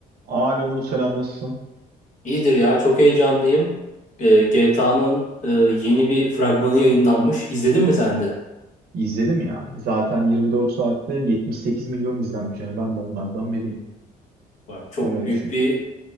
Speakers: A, on the right; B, on the left.
A: Alo Umut selam nasılsın?
B: İyidir ya. Çok heyecanlıyım. Ee, GTA'nın yeni bir fragmanı yayınlanmış. İzledin mi sen de?
A: İzledim ya. Zaten 24 saatte 78 milyon izlenmiş. Yani ben de onlardan biriyim.
B: Var. Çok
A: Öyle
B: büyük
A: düşün.
B: bir